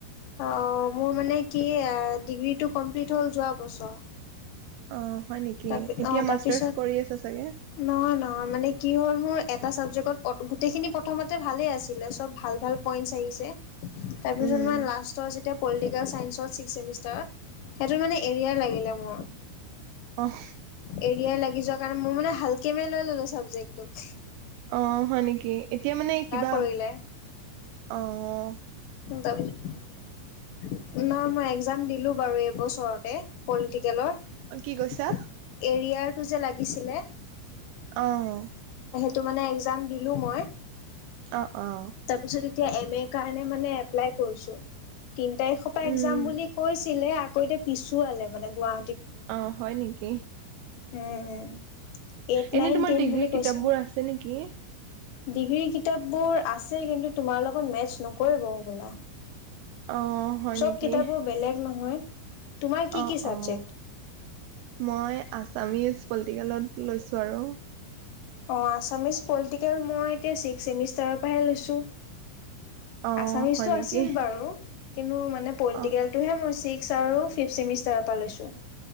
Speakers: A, on the left; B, on the right.
A: অ মোৰ মানে কি ডিগ্ৰীটো কমপ্লিট হল যোৱা বছৰ।
B: অ হয় নেকি?
A: তাৰপি
B: এতিয়া
A: অ' তাৰপিছত
B: মাষ্টাৰ্চ কৰি আছ চাগে!
A: নহয় নহয় মানে কি হ'ল মোৰ, এটা চাবজেক্টত গোটেইখিনি প্ৰথমতে ভালে আছিলে চব ভাল ভাল পইন্টচ আহিছে। তাৰ পিছ
B: উম
A: মানে লাষ্টৰ যেতিয়া পলিটিকেল ছাইন্সত ছিক্স চেমিষ্টাৰত সেইটো মানে এৰিয়াৰ লাগিলে মোৰ।
B: অহ।
A: এৰিয়া লাগি যোৱাৰ কাৰণে মই মানে হালকে মে লৈ ল'লো ছাবজেক্টটোক।
B: অ হয় নেকি! এতিয়া মানে কিবা,
A: কৰিলে।
B: অৱ।
A: তাৰ পিছত না মই একজাম দিলো বাৰু এবছৰতে পলিটিকেলৰ,
B: কি
A: এৰিয়াৰটো
B: কৈছা
A: যে লাগিছিলে
B: অৱ।
A: টো মানে একজাম দিলোঁ মই।
B: অ অ।
A: তাৰপিছত এতিয়া এম এৰ কাৰণে মানে এপ্লাই কৰিছোঁ। তিন তাৰিখৰ পৰা
B: উম
A: একজাম বুলি কৈছিলে। আকৌ এতিয়া পিছুৱালে মানে গুৱা
B: অ হয় নেকি?
A: উম, এইট
B: এনে
A: নাইন
B: তোমাৰ
A: টেন
B: ডিগ্ৰীৰ
A: বুলি কৈছে।
B: কিতাপবোৰ আছে নেকি
A: ডিগ্ৰী কিতাপবোৰ আছে কিন্তু তোমাৰ লগত মেটছ নকৰিব হ'বলা।
B: অ হয়
A: চব
B: নেকি
A: কিতাপবোৰ বেলেগ নহয়। তোমাৰ কি
B: অ
A: কি চাবজেক্ট?
B: অ মই আছামিজ পলিটিকেলত লৈছো আৰু।
A: অ আছামিজ পলিটিকেল মই এতিয়া ছিক্স চেমিষ্টাৰৰ পৰাহে লৈছোঁ।
B: অ
A: আছামিজতটো
B: হয় নেকি
A: আছিল বাৰু। আৰু পলিটিকেলটোহে
B: অ
A: মই ছিক্স আৰু পিপ চেমিষ্টাৰ লৈছো।